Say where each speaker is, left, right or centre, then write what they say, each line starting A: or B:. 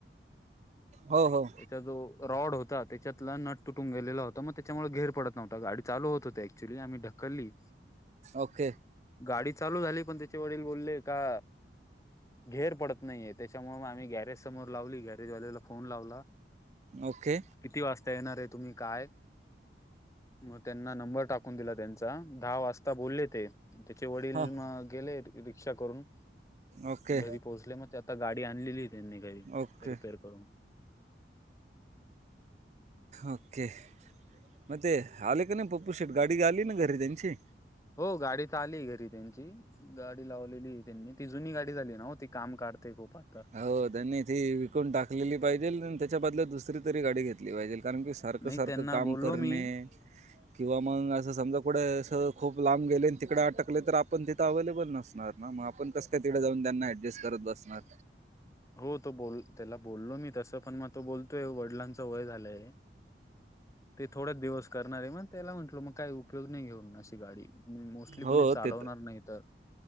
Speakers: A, on the right; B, on the left.
A: हो हो.
B: त्या जो रॉड होता त्याच्यातला नट तुटून गेलेला होता म त्याच्यामुळे घेर पडत नव्हता गाडी चालू होत होते. <unintelligible> ढकलली.
A: ओके,
B: गाडी चालू झाली पण त्याच्या वडील बोलले का घेर पडत नाहीये त्याच्यामुग आम्ही गॅरेज समोर लावली गॅरेजवाल्याला फोन लावला
A: ओके.
B: किती वाजता येणार आहे तुम्ही? काय. मग त्यांना नंबर टाकून दिला त्यांचा दहा वाजता बोलले ते त्याचे वडील
A: हां
B: मग गेले रि रिक्षा करून.
A: ओके
B: घरी पोहोचले म ते आता गाडी आणलेली आहे त्यांनी घरी
A: ओके
B: रिपेर करून.
A: ओके, म ते आले का नाही पप्पू शेठ गाडी आली ना घरी त्यांची?
B: हो गाडी त आली घरी त्यांची गाडी लावलेली आहे त्यांनी ती जुनी गाडी झाली ना हो ती काम काढ ते गोपाळ.
A: हो, त्यांनी ती विकून टाकलेली पाहिजेल अन त्याच्या बदल्यात दुसरी तरी गाडी घेतली पाहिजे कारण की सारखं
B: नाही
A: सारखं
B: त्यांना
A: काम
B: बोललो
A: करणे.
B: मी
A: किंवा मंग असं समजा कुड असं खूप लांब गेले न तिकडे अटकले तर आपण तिथं अव्हेलेबल नसणार. म म आपण कस काय तिकडे जाऊन त्यांना ऍडजेस्ट करत बसणार.
B: हो तो बोल त्याला बोललो मी तसं पण मग तो बोलतोय वडिलांच वय झालंय ते थोडच दिवस करणार आहे मग त्याला म्हंटल मग काय उपयोग नाही घेऊन अशी गाडी. मोस्टली
A: हो
B: कोणी चालवणार
A: ते
B: नाही तर?